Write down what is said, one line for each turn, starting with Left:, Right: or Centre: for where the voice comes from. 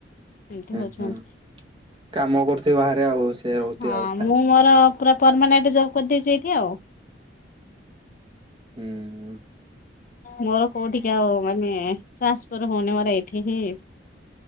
Left: ଏମିତି
Right: ହୁଁ
Left: ହଉଛନ୍ତି।
Right: ହୁଁ କାମ କରୁଥିବେ ବାହାରେ ଆଉ ସେ ରହୁଥିବେ
Left: ହଁ
Right: ଆଉ ତାଙ୍କ
Left: ମୁଁ ମୋର ପୁରା ପର୍ମାନେଣ୍ଟ ଜବ କରିଦେଇଛି ଏଇଠି ଆଉ।
Right: ହୁଁ।
Left: ମୋର କୋଉଠି କି ଆଉ ମାନେ ଟ୍ରାନ୍ସଫର ହଉନି, ମୋର ଏଇଠି ହିଁ